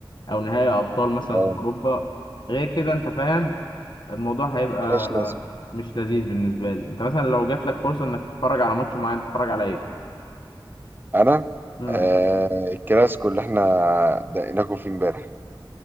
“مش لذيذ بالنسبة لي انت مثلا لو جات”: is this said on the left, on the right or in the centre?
Left